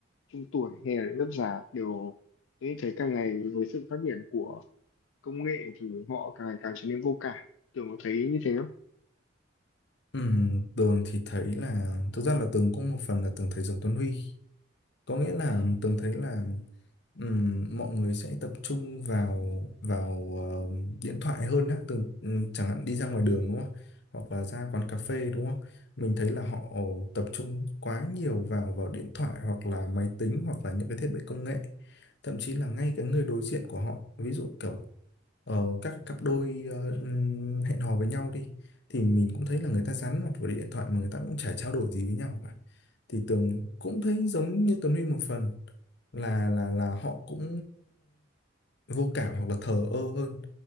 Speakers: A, on the left (about 85°); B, on the left (about 65°).
A: trung tuổi hay là lớp già đều Tony thấy càng ngày với sự phát triển của công nghệ thì họ càng ngày càng trở nên vô cảm kiểu có thấy như thế không
B: ừ. Tường thì thấy là thực ra là Tường cũng một phần là Tường thấy giống Tuấn Huy có nghĩa là Tường thấy là ừm, mọi người sẽ tập trung vào vào ờ, điện thoại hơn á Tường ừm, chẳng hạn đi ra ngoài đường đúng không hoặc là ra quán cà phê đúng không mình thấy là họ tập trung quá nhiều vào vào điện thoại hoặc là máy tính hoặc là những cái thiết bị công nghệ thậm chí là ngay cái người đối diện của họ ví dụ kiểu ờ, các cặp đôi ờ, ừm, hẹn hò với nhau đi thì mình cũng thấy là người ta dán mặt vào điện thoại mà người ta cũng chả trao đổi gì với nhau cả thì Tường cũng thấy giống như Tuấn Huy một phần là là là họ cũng ờ, vô cảm hoặc là thờ ơ hơn